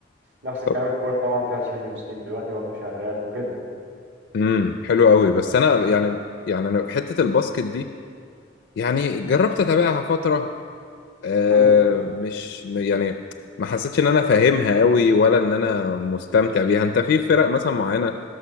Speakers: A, on the right; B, on the left.
A: نفس الكلام
B: طب
A: الكوره طبعا فيها الشامبيونز ليج دلوقتي برضه شغال وكده
B: امم حلو قوي بس انا يعني يعني انا في حتة الباسكت دي يعني جربت اتابعها فترة آه
A: مم.
B: مش م- يعني ما حسيتش ان انا فاهمها قوي ولا ان انا مستمتع بيها انت في فرق مثلا معينة